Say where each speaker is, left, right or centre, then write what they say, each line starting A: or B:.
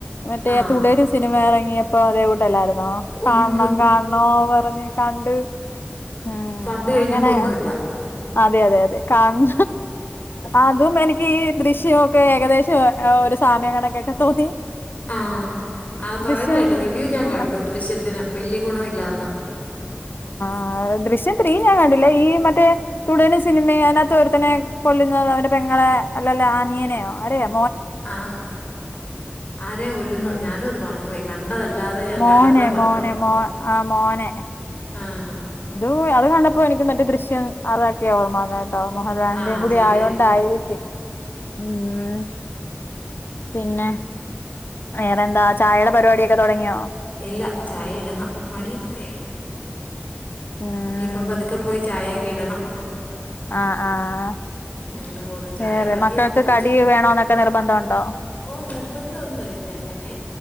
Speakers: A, on the left; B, on the left.
A: മറ്റേ
B: ആ
A: തുടരും സിനിമ ഇറ ങ്ങിയപ്പോ അതേ കൂട്ടെല്ലാരും
B: ഉയ്യോ
A: കാണണം കാണണം പറഞ്ഞിക്കണ്ട് ഉം
B: കണ്ടു കഴിഞ്ഞപ്പോൾ
A: അങ്ങനെ
B: ഒന്നുമില്ല
A: അതെ അതെ അതെ കാണം അതും എനിക്ക് ഈ ദൃശ് ശ്യൊക്കെ ഏകദേശം ആ ഒരു സാമ്യം കണക്കാക്കെ തോന്നി
B: ആ ആ പറയുന്ന
A: ദൃശ്യം
B: കേട്ടു റിവ്യൂ ഞാൻ
A: ആഹ്
B: കണ്ടു ദൃശ്യത്തിന് വെല്ല്യ ഗുണം ഇല്ലന്ന്
A: ആ ദൃശ്യം ത്രി ഞാൻ കണ്ടില്ല ഈ മറ്റേ തുടരും സിനിമ അതിനകത്ത് ഒരുത്തനെ കൊല്ലുന്ന അവന്റെ പെങ്ങളെ അല്ലല്ലോ ആ നീനയോ ആരായ
B: ആഹ് ആരെയോ കൊല്ലുന്നുണ്ട്
A: ഉം
B: ഞാനുമാത് മറന്നുപോയി കണ്ടതല്ലാതെ ഞാൻ
A: മോനെ
B: കണ്ടപ്പോഴേ മറന്നു
A: മോനെ മോ ആ മോനെ
B: ആഹ്
A: പ്പോഴ് അത് കണ്ടപ്പോഴ് എനിക്ക് മറ്റേ ദൃശ്യം അതൊക്കെയാ ഓർമ്മ വന്നേ ഏഹ് മോഹൻലാലിന്റെയും
B: ആ
A: കൂടി
B: ശരിയാ
A: ആയോണ്ടായിരിക്കും ഉം പിന്നെ വേറെ എന്താ ചായേടെ പരിപാടിയൊക്കെ തൊടങ്ങിയോ
B: ഇല്ല ചായ ഇടണം മണി എത്രയായി
A: ഉം
B: ഇനി ഇപ്പൊ പതുക്ക പോയി ചായെ ക്കിടണം
A: ആഹ് ആഹ്
B: അങ്ങനെ പോന്നു ചായ
A: വേറെ
B: പതിയെ
A: മക്കൾക്ക്
B: ചോ
A: കടി
B: ഉച്ചക്ക്
A: വേണോന്നൊക്കെ നിർബന്ധമുണ്ടോ
B: ഓ നിർബന്ധം ഒന്നുമില്ല അങ്ങനെ